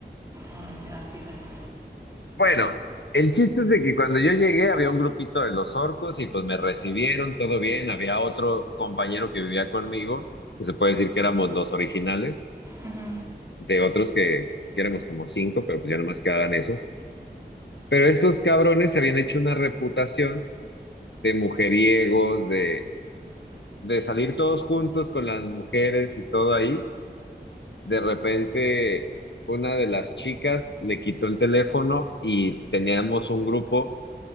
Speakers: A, on the right (about 15°); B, on the left (about 85°).
A: Oh, ya, fíjate.
B: Bueno, el chiste es de que cuando yo llegué había un grupito de los orcos y pues me recibieron todo bien. Había otro compañero que vivía conmigo, que se puede decir que éramos los originales,
A: Ujú.
B: de otros que, que éramos como cinco, pero pues ya nomás quedaban esos. Pero estos cabrones se habían hecho una reputación de mujeriegos, de, de salir todos juntos con las mujeres y todo ahí. De repente, una de las chicas le quitó el teléfono y teníamos un grupo